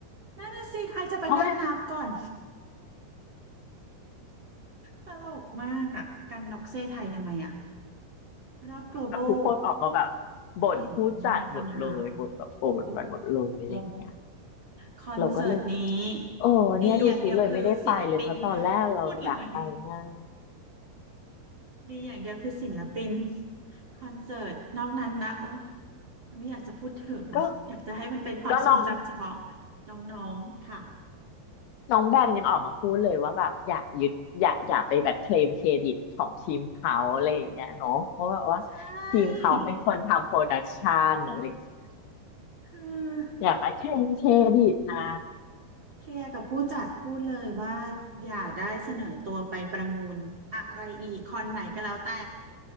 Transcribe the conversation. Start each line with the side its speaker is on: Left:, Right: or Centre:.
Right: นั่นน่ะสิใครจะไปนั่งนับก่อน
Left: เพราะแบบ
Right: ตลกมากอะกันน็อกเซ่ไทยทำไมอะรอบ global
Left: ทุกคนออกมาแบบบ่นผู้จัดหมดเลยบ่นแบบโกรธบ่นวันหมดเลยอะไรอย่างเงี้ย
Right: ไม่เห็นในคำถามอะโอ้โหคอนเสิร์ตนี้
Left: เราก็เลยแบบโอ้เนี่ยดูสิเลยไม่ได้ไปเลยเพราะตอนแรกเราอยากไปมาก
Right: ดีอย่างเดียวคือศิลปิน <laughs> พูดเลยดีอย่างเดียวคือศิลปินคอนเสิร์ตนอกนั้นนะโอ้ไม่อยากจะพูดถึงอยากจะให้มันเป็นความทรงจำเฉพาะ
Left: <laughs> ก็ก็น้อง
Right: น้องๆค่ะ
Left: น้องแบมยังออกมาพูดเลยว่าแบบอย่ายึดอย่าอย่าไปแบบเคลมเครดิตของทีมเขาอะไรอย่างเงี้ยเนาะเพราะว่าว่า
Right: ใช่
Left: ทีมเขาเป็นคนทำโปรดักชันอะไรอย่างเงี้ย
Right: คือ
Left: อย่าไปเคลมเครดิตนะ
Right: เคลียร์กับผู้จัดพูดเลยว่าอย่าได้เสนอตัวไปประมูลอะไรอีกคอนไหนก็แล้วแต่